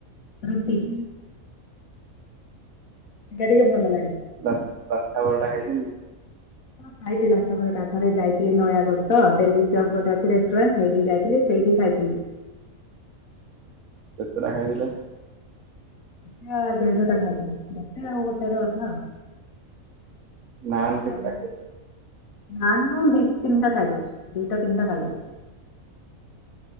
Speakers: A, on the left; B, on the right.
A: ରୁଟି ରୁଟିଟା ଟିକେ ଭଲ ଲାଗେ।
B: ବା ବାଚଛା ପରଟା ଖାଇଛନ୍ତି?
A: ହଁ ଖାଇଛି ଲଛାପରଟା ତ ଥରେ ଯାଇଥିଲି ନୟାଗଡ଼ ତ ଡେଲିସିଅସ ଗୋଟେ ଅଛି ରେଷ୍ଟୁରାଣ୍ଟ ହେଇଠିକି ଯାଇଥିଲି। ସେଇଠି ଖାଇଥିଲି।
B: କେତେଟା ଖାଇଥିଲେ?
A: ଗୋଟ ଦେଢଟା ଖାଇଥିଲି ଗୋଟେ ଆଉ ଗୋଟେ ର ଅଧା ଆଉ।
B: ନାନ୍ କେତେଟା
A: ଓକେ ନାନ ମୁଁ ଦୀ ତିନଟା ଖାଇଦେଉଛି ଦୀଟା ତିନିଟା ଖାଇଦେଉଛି।